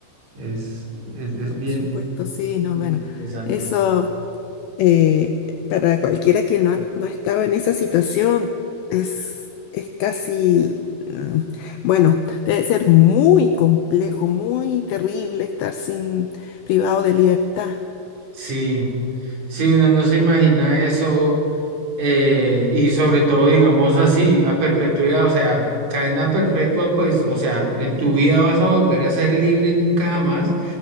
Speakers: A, on the right; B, on the left.
A: Es, es, es
B: Por
A: bien
B: supuesto, sí, no,
A: interesante.
B: bueno, eso eh, para cualquiera que no, ha- no estaba en esa situación es, es casi, mm, bueno, debe ser muy complejo, muy terrible estar sin privado de libertad.
A: Sí, sí, uno no se imagina eso eh, y sobre todo, digamos así, a perpetuidad, o sea, cadena perpetua,
B: Mm.
A: pues, o sea, en tu vida vas a volver a ser libre nunca jamás.